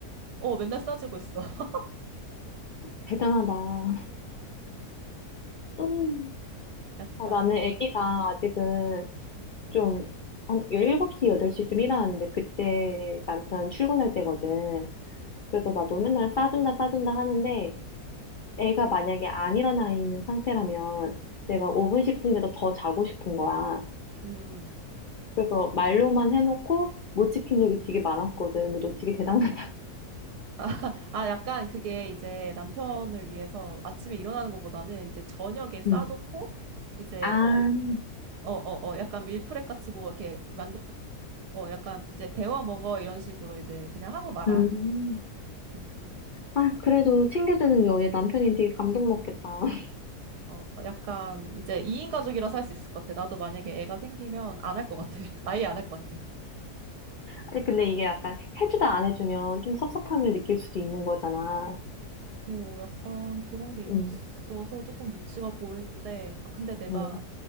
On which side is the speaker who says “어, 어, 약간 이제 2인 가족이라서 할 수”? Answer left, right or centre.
Right